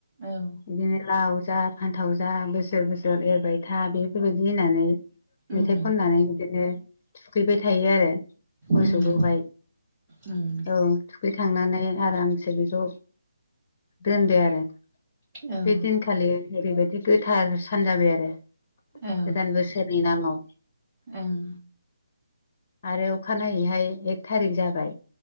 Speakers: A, on the right (about 20°); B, on the left (about 35°).
A: औ
B: इदिनो लाव जा फान्थाव जा बोसोर बोसोर एरबाय था बेफोरबायदि होननानै
A: उम
B: मेथाइ खननानै बिदिनो थुखैबाय थायो आरो मोसौखौहाय।
A: उम उम
B: औ थुखैखांनानै आरामसे बेखौ दोनदो आरो।
A: औ
B: बे दिनखालि ओरैबायदि गोथार सान जाबाय आरो
A: औ
B: गोदान बोसोर नि नामाव।
A: ओं
B: आरो अखानायैहाय एक थारिख जाबाय।